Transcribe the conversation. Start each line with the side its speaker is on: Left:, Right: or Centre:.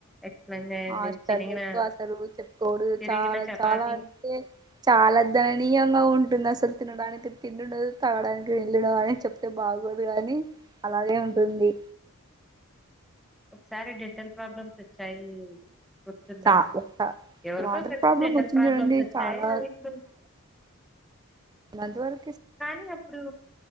Centre: ఎక్స్ప్లెయిన్ చేయండి
Right: హాస్టల్
Centre: చినిగిన
Right: ఎక్కువ అసలు చెప్పుకోడు
Centre: తిరిగిన
Right: చాలా
Centre: చపాతి
Right: చాలా అంటే చాలా దణనీయంగా ఉంటుంది అసలు తినడానికి తిండిండదు తాగడానికి నిల్లుండదు అని చెప్తే బాగోదు కాని అలాగే ఉంటుంది
Centre: ఒకసారి డెంటల్ ప్రాబ్లమ్స్ వచ్చాయి గుర్తుందా
Right: చ ఒక
Centre: ఎవరికో
Right: వాటర్
Centre: ఒకరికి
Right: ప్రాబ్లం
Centre: డెంటల్
Right: వచ్చింది
Centre: ప్రాబ్లమ్స్
Right: చూడండి
Centre: వచ్చాయి
Right: చాలా
Centre: అవి ఇప్పుడు
Right: నందవర
Centre: కానీ అప్పుడు